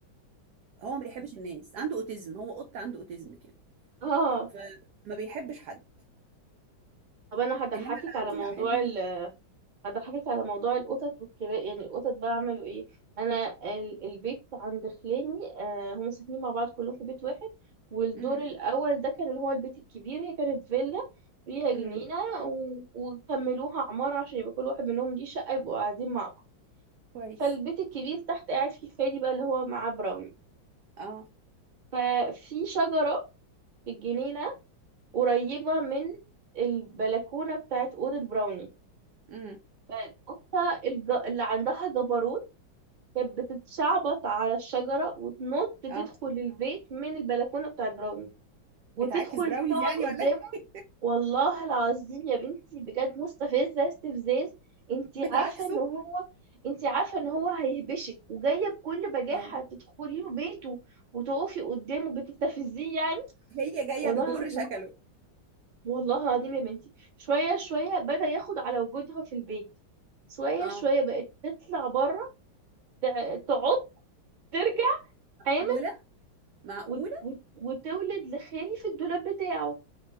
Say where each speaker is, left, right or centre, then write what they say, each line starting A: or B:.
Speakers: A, on the right; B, on the right.
A: هو ما بيحبش الناس عنده اوتيزم هو قط عنده اوتيزم كده
B: اه
A: فما بيحبش حد
B: طب انا هضحكك
A: انما اللي
B: على
A: عندي
B: موضوع
A: لا حلوين
B: ال هضحكك على موضوع القطط والكلاب يعني القطط بقى عملوا ايه انا ال- البيت عند خلاني آه هم ساكنين مع بعض كلهم في بيت واحد والدور
A: امم
B: الاول ده كان اللي هو البيت الكبير هي كانت فيلا فيها جنينة
A: امم
B: و... وكملوها عمارة عشان يبقى كل واحد منهم ليه شقة يبقوا قاعدين مع بعض
A: كويس
B: فالبيت الكبير تحت قاعد فيه خالي بقى اللي هو معاه براون
A: اه
B: ففي شجرة في الجنينة قريبة من البلكونة بتاعت أوضة براوني
A: امم
B: فالقطة الج... اللي عندها جبروت كانت بتتشعبط على الشجرة وتنط تدخل
A: اه
B: البيت من البلكونة بتاعت براوني وتدخل
A: بتعاكس براونيز
B: تقعد
A: يعني
B: قدامه
A: ولا إيه؟
B: والله العظيم يا بنتي بجد مستفزة استفزاز انتي
A: بتعاكسه
B: عارفة ان هو انتي عارفة ان هو هيهبشك وجاية بكل بجاحة
A: اه
B: تدخلي له بيته وتقفي قدامه بتستفزيه يعني
A: هي جايه
B: والله
A: بجر
B: العظيم
A: شكله
B: والله العظيم يا بنتي شوية شوية بدأ ياخد على وجودها في البيت شوية
A: اه
B: شوية بقت تطلع بره تع- تعض ترجع حامل
A: اولى معقوله
B: وت- وت- وتولد لخالي في الدولاب بتاعه